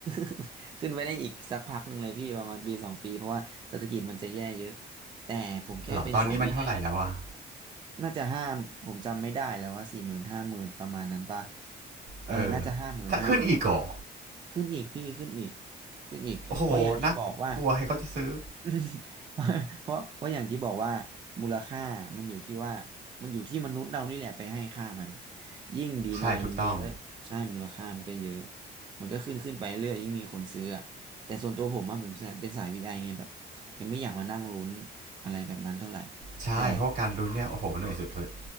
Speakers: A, on the right; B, on the right.
A: <laughs> ขึ้นไปได้อีกสักพักหนึ่งเลยพี่ประมาณปีสองปีเพราะว่าเศรษฐกิจมันจะแย่เยอะแต่ผมแค่เป็นสายวีไอไง
B: เหรอตอนนี้มันเท่าไหร่แล้วอะ
A: น่าจะห้ามผมจำไม่ได้แล้วว่าสี่หมื่นห้าหมื่นประมาณนั้นป่ะเออน่าจะห้าหมื่นห้าหมื่น
B: เออจะขึ้นอีกเหรอ
A: ขึ้นอีกพี่ขึ้นอีกขึ้นอีกเพราะอย่างที่บอกว่า
B: โอ้โหน่ากลัวให้เขาจะซื้อ
A: อืม <laughs> เพราะเพราะอย่างที่บอกว่ามูลค่ามันอยู่ที่ว่ามันอยู่ที่มนุษย์เรานี่แหละไปให้ค่ามันยิ่งดีมานมันเยอะใช่มูลค่ามันก็เยอะ
B: ใช่ถูกต้อง
A: มันก็ขึ้นขึ้นไปเรื่อยยิ่งมีคนซื้ออะแต่ส่วนตัวผมอะผมเป็นสายวีไอไงแบบยังไม่อยากมานั่งลุ้นอะไรแบบนั้นเท่าไหร่
B: ใช่เพราะว่าการลุ้นเนี่ยโอ้โหเหนื่อยสุด
A: แต่